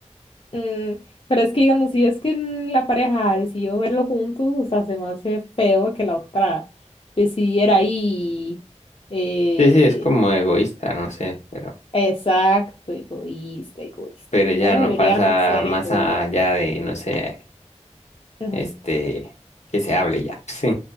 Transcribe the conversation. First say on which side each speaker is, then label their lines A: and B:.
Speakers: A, on the left; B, on the left.
A: mm, pero es que digamos, si es que en la pareja decidió verlo juntos, o sea, se me hace feo que la otra decidiera ahí. Eh,
B: Sí, sí, es como egoísta, no sé, pero,
A: exacto, egoísta, egoísta.
B: pero
A: No
B: ya
A: deberíamos
B: no pasa
A: ser
B: más
A: egoístas.
B: allá de, no sé,
A: Ujú,
B: este, que se hable ya, <laughs> sí,